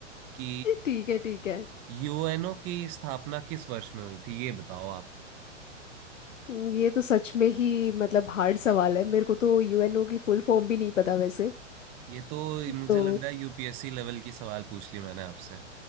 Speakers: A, on the right; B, on the left.
A: कि
B: ठीक है ठीक है
A: यूएनओ की स्थापना किस वर्ष में हुई थी ये बताओ आप
B: हम्म, ये तो सच में ही मतलब हार्ड सवाल है मेरे को तो यूएनओ की फुल फॉर्म भी नहीं पता वैसे
A: ये तो मुझे
B: तो
A: लग रहा है यूपीएससी लेवल की सवाल पूछ ली मैंने आपसे